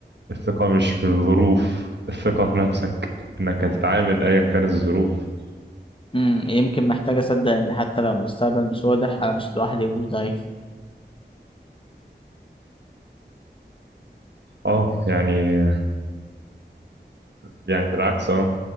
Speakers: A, on the right; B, on the left.
A: الثقة مش في الظروف الثقة في نفسك إنك هتتعامل أيا كانت الظروف
B: أمم، يمكن محتاج اصدق ان حتى لو المستقبل مش واضح انا مش لوحدي ومش ضعيف
A: اه يعني يعني بالعكس اه